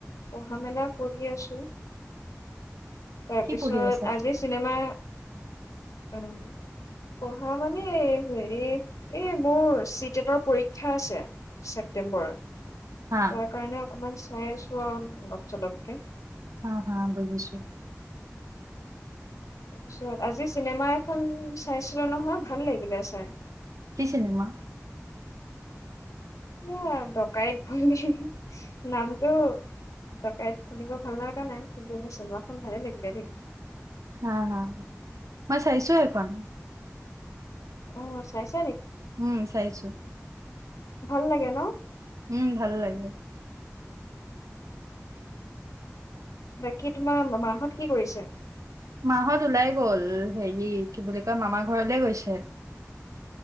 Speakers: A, on the left; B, on the right.
A: পঢ়া- মেলা কৰি আছো। তাৰপিছত
B: কি পঢ়ি আছা
A: আজি চিনেমা, উম, পঢ়া মানে হেৰি এই মোৰ চি-টেটৰ পৰীক্ষা আছে ছেপ্তেম্বৰত।
B: হা
A: তাৰ কাৰণে অকমান, চাই আছো আৰু অলপ - চলপকে,
B: হা -হা বুজিছোঁ।
A: তাৰপিছত আজি চিনেমা এখন চাইছিলো নহয়, ভাল লাগিলে চাই।
B: কি চিনেমা?
A: এ ', ডকাইত বুলি, নামটো ডকাইত শুনিব ভাল লগা নাই কিন্তু এনে চিনেমাখন ভালে লাগিলে দেই।
B: হা-হা মই চাইছো এইখন।
A: অ', চাইছো।
B: উম, চাইছো।
A: ভাল লাগে ন',
B: উম, ভাল লাগে।
A: বাকী তোমাৰ মাহত কি কৰিছে?
B: মাহত ওলাই গল হেৰি কি বুলি কয় মামাৰ ঘৰলে গৈছে?